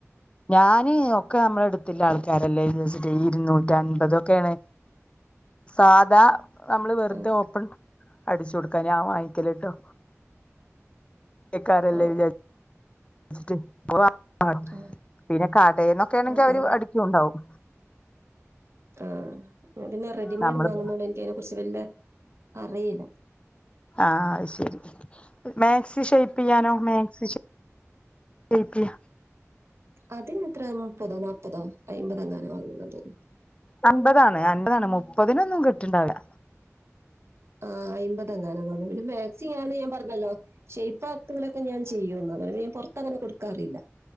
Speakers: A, on the left (about 20°); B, on the right (about 55°).
A: ഞാന് ഒക്കെ അമ്മളെ എടുത്തില്ലെ ആൾക്കാരല്ലേന്ന് വെച്ചിട്ട് ഇരുന്നൂറ്റ് അൻപത് ഒക്കെയാണ് സാധാ നമ്മള് വെറുതെ
B: ആ
A: ഓപ്പൺ അടിച്ചു കൊടുക്കാൻ ഞാൻ വാങ്ങിക്കല്ട്ടോ ലെക്കാരല്ലേ
B: ആ
A: വിചാരി ച്ചിട്ട് ഓഹ്
B: ആ ആ
A: പിന്നെ കാടേന്നൊക്കെ ആണെങ്കി
B: അതെ
A: അവര് അടിക്കുയുണ്ടാവും
B: ആഹ് ഞാൻ പിന്നെ റെഡിമേഡ്
A: നമ്മള്
B: വാങ്ങുന്നോണ്ട് എനിക്ക് അയിനെ കുറിച്ച് വല്ല അറീല
A: ആഹ് അത് ശരി മാക്സി ഷേയ്പ്പെയ്യാനോ? മാക്സി ശെയ് ഷെയ്പ്പെയ്യാൻ?
B: അത് ഇഞ്ഞെത്രെ മുപ്പതോ നാപ്പതോ അയ്മ്പത് എങ്ങാനോ ആണ്ന്ന തോന്നുന്നു
A: അൻപതാണ് അൻപതാണ് മുപ്പതിനൊന്നും കിട്ടിണ്ടാവില
B: ആഹ് അയ്മ്പത് എങ്ങാനു തോന്ന്ണ്ട് പിന്നെ മാക്സി ഞാൻ പറഞ്ഞല്ലോ ഷൈപ്പ് ആക്കലൊക്കെ ഞാൻ ചെയ്യുന്നു പറഞ്ഞെ അപ്പൊ ഞൻ പൊറത്ത് അങ്ങനെ കൊടുക്കാറില്ല.